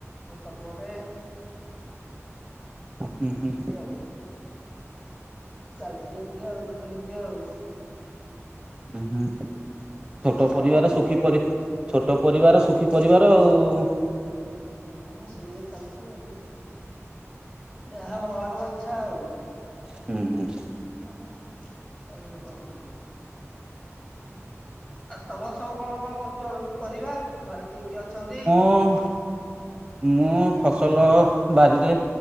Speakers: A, on the left; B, on the right.
A: ଛୋଟ ପୁଅଟେ।
B: ହୁଁ
A: ଅଛନ୍ତି
B: ହୁଁ
A: ଆଉ। ଚାଲିଛି ଏମତି ଆଉ। ଦେଖନ୍ତି ଆଉ।
B: ହୁଁ ହୁଁ ଛୋଟ
A: ଆଉ
B: ପରିବାର
A: ତମ କ
B: ସୁଖୀ ପର ଛୋଟ ପରିବାର ସୁଖୀ ପରିବାର ଆଉ।
A: ହୁଁ ସେଇଆ ଚାଲିଛି ଆଉ। ଯାହା ଭଗବାନଙ୍କ ଇଚ୍ଛା ଆଉ।
B: ହୁଁ ହୁଁ
A: ଆମେ କହିଲେ କଣ ହବ। ଆଉ ତମର ସବୁ କଣ କଣ କରୁଛ ପରିବା? ଘରେ କିଏ କିଏ ଅଛନ୍ତି?
B: ହଁ ମୁଁ ଫସଲ ବାରିରେ